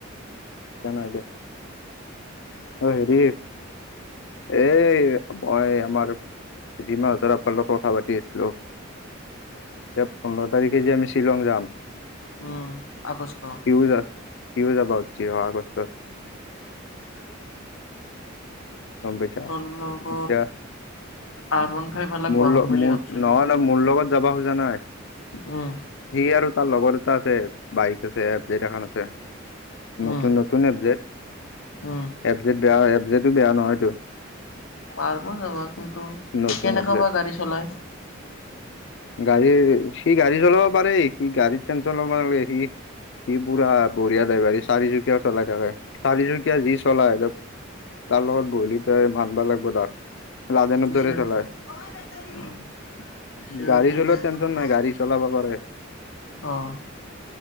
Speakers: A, on the left (about 65°); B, on the left (about 80°).
A: অ' হেৰি এ মই আমাৰ যিমানাহঁতৰ আপালৰ কথা পাতি আছিলো এতিয়া পোন্ধৰ তাৰিখে যে আমি শ্বিলং যাম
B: উম আগষ্ট
A: <unintelligible> গম পাইছা
B: তোৰ লগত
A: এতিয়া
B: আৰ ওৱান ফাইভ এলাক
A: মোৰ
B: বহাম
A: লগত
B: বুলি
A: ন
B: ভাবছিলো
A: ন মোৰ লগত যাবা খোজা নাই
B: উম
A: সি আৰু তাৰ লগৰ এটা আছে বাইক আছে এফ জেড এখন আছে নতুন
B: উম
A: নতুন এপজেট
B: উম
A: এপ জেট বেয়া এপ জেতটো বেয়া নহয়তটো
B: পাৰব যাবা কিন্তু
A: নতুন
B: কেনেকা
A: এপজেট
B: বা গাড়ী চলাই
A: গাড়ী সি গাড়ী চলাব পাৰে সি গাড়ীত টেনচন লব নালাগে সি ই পুৰা বঢিয়া ডাইভাৰ চাৰিচুকীয়া চলাই থাকে চাৰিচুকীয়া যি চলাই তাৰ লগত বহলি তাই মানবা লাগিব তাক
B: <inaudible>
A: লাডেনৰ দৰে চলাই
B: <inaudible>
A: গাড়ী চলোৱা টেনচন নাই গাড়ী চলাব পাৰে
B: অ'